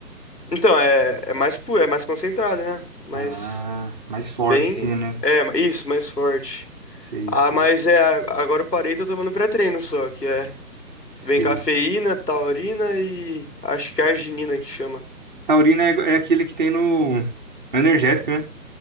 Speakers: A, on the left; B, on the right.
A: Então, é, é mais pura, é mais concentrada, né? Mas
B: Ah, mais forte,
A: bem,
B: assim, né?
A: é, ma- isso, mais forte.
B: Sei,
A: Ah,
B: sei,
A: mas é, a- agora eu parei e tô tomando pré-treino só, que é,
B: sei.
A: vem cafeína, taurina e acho que arginina que chama.
B: Taurina é, é aquele que tem no energético, né?